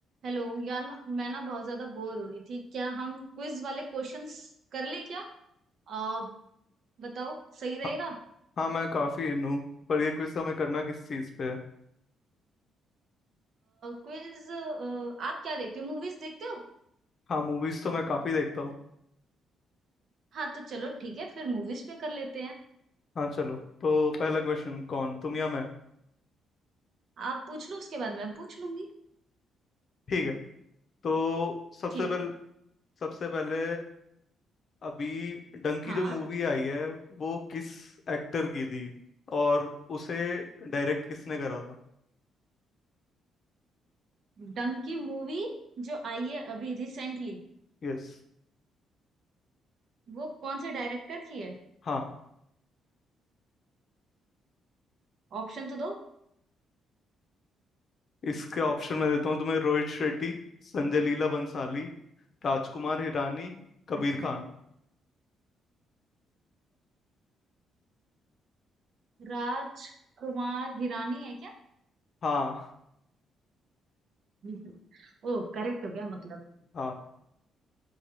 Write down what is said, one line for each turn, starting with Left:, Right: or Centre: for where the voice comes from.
Right: Hello यार ना- मैं ना बहुत ज्यादा बोर हो रही थी क्या हम क्विज वाले क्वेश्चंस कर ले क्या आ, बताओ सही रहेगा
Left: हाँ हाँ, मैं काफी इन हूँ पर ये क्विज हमें करना किस चीज पे है
Right: क्विज आप क्या देखते हो मूवीज देखते हो
Left: हाँ मूवीज तो मैं काफी देखता हूँ
Right: हाँ तो चलो ठीक है फिर मूवीज पे कर लेते हैं
Left: हाँ चलो तो पहला क्वेश्चन कौन तुम या मैं
Right: आप पूछ लो उसके बाद मैं पूछ लूंगी
Left: ठीक है तो सबसे
Right: ठीक
Left: पहले
Right: है
Left: सबसे पहले अभी डंकी
Right: हाँ
Left: जो मूवी आई है वो किस एक्टर की थी और उसे डायरेक्ट किसने करा था
Right: डंकी मूवी जो आई है अभी रिसेंटली
Left: यस
Right: वो कौन से डायरेक्टर की है
Left: हाँ
Right: ऑप्शन तो दो
Left: इसके ऑप्शन मैं देता हूँ तुम्हें रोहित शेट्टी संजय लीला भंसाली राजकुमार हिरानी कबीर
Right: अच्छा
Left: खान
Right: राज कुमार हिरानी है क्या
Left: हाँ
Right: <laughs> ओ करेक्ट हो गया मतलब
Left: हाँ